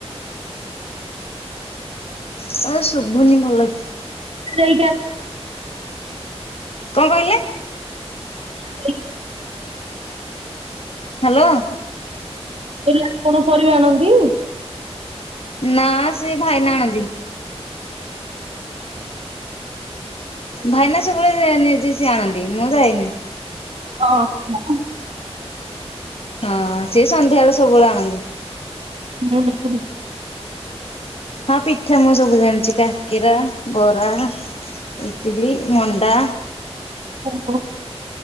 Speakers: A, on the left (about 60°); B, on the right (about 65°).
A: ତମ ଶୁବୁନି ଭଲକି।
B: ସେଇ କା
A: କଁ କହିଲେ?
B: ଆଣିଲି
A: ହାଲୋ।
B: ମୁଁକହିଲି ଆପଣପରିବା ଆଣନ୍ତି?
A: ନା ସିଏ ଭାଇନା ଆଣନ୍ତି। ଭାଇନା ସବୁବେଳେ ନିଯେ ସିଏ ଆଣନ୍ତି ମୁଁ ଯାଏନି।
B: ଓହୋ <unintelligible>
A: ହଁ ସେସନ୍ଧ୍ୟା ବେଳେ ସବୁବେଳେ ଆଣନ୍ତି।
B: <unintelligible>
A: ହଁ ପିଠା ମୁଁ ସବୁ ଜାଣିଚି କାକେରା ବରା ଇଟିଲି ମଣ୍ଡା
B: ଓହୋ